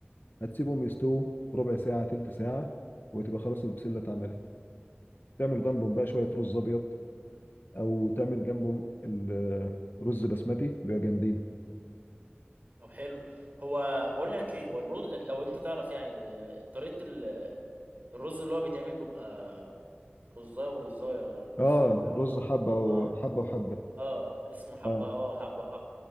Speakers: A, on the left; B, on the right.
A: هتسيبهم يستووا ربع ساعة تلت ساعة وتبقى خلاص البسلة اتعملت تعمل جنبهم بقى شوية رز أبيض أو تعمل جنبهم ال- رز بسمتي بيبقى جامدين
B: طب حلو هو بقول لك ايه هو الرز لو انت تعرف يعني آه، طريقه ال- الرز اللي هو بيتعمل بيبقى رزايه ورزايه رزه
A: اه
B: محروقه
A: رز
B: و...
A: حبة وحبة
B: اه
A: وحبة
B: اه اسمه حبة
A: اه
B: اه حبة حبة